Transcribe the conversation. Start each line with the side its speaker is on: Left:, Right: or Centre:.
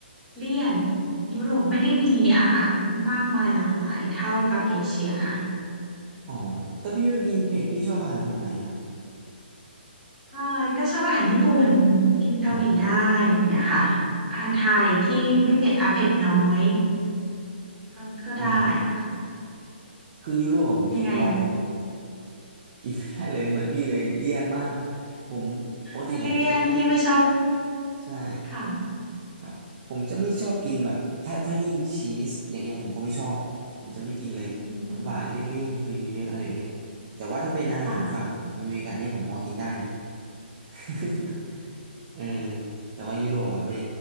Centre: เลี่ยนยุโรปไม่ได้มีอาหารมากมายหลากหลายเท่ากับเอเชียนะ
Right: อ๋อแต่พี่ไม่กินเผ็ดพี่ชอบอาหารแบบไหนอ่ะ
Centre: อ่าก็ชอบอาหารญี่ปุ่นกินเกาหลีได้อย่างเนี่ยค่ะ
Right: อ่า
Centre: อาหารไทยที่ไม่เผ็ดอ่ะเผ็ดน้อยก็ก็ได้ค่ะ
Right: อืมคือยุโรปอะผมกินไม่ได้เลย
Centre: ยังไง
Right: กินไม่ได้เลยเหมือนพี่เลยเลี่ยนมากผมปกติผมจะไม่ค่อย
Centre: มันเลี่ยนพี่ไม่ชอบ
Right: ใช่
Centre: ค่ะ
Right: ครับผมจะไม่ชอบกินแบบถ้าถ้ายิ่งชีสอย่างเงี้ยผมก็ไม่ชอบผมจะไม่กินเลยหวานหวานเลี่ยนๆครีมเยอะๆอะไรอย่างเงี้ย
Centre: อืม
Right: แต่ว่าถ้าเป็นอาหารฝั่งอเมริกันเนี่ยผมพอกินได้นะ
Centre: ค่ะ
Right: <laughs> เออแต่ว่ายุโรปอ่ะไม่